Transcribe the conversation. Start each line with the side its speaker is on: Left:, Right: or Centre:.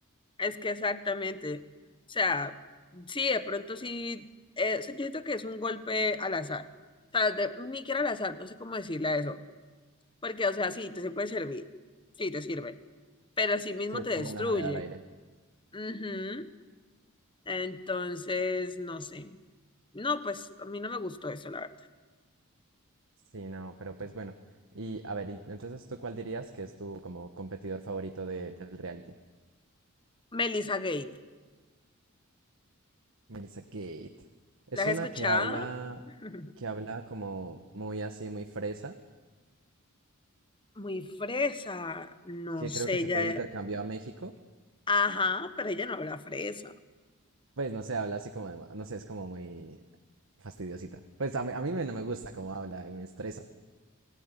Left: Es que exactamente, o sea, sí, de pronto sí, eh, o sea, yo siento que es un golpe al azar, o sea, de- ni siquiera al azar, no sé cómo decirle a eso, porque, o sea, sí, te se puede servir. Sí, te sirve. pero sí mismo
Right: Sí, es
Left: te
Right: como
Left: destruye.
Right: una moneda al aire.
Left: Ujú. Entonces, no sé. No, pues a mí no me gustó eso, la verdad.
Right: Sí, no, pero pues bueno. Y a ver, y entonces tú cuál dirías que es tu como competidor favorito de- del reality?
Left: Melissa Gate,
Right: Melissa Gate. Es
Left: ¿la has
Right: una
Left: escuchado?
Right: que habla,
Left: <laughs>
Right: que habla como muy así, muy fresa,
Left: Muy fresa, no
Right: que
Left: sé,
Right: creo que se
Left: ella,
Right: fue de intercambio a México.
Left: ajá, pero ella no habla fresa.
Right: Pues no sé, habla así como de, no sé, es como muy fastidiosita. Pues a mí, a mí me- no me gusta cómo habla, me estresa.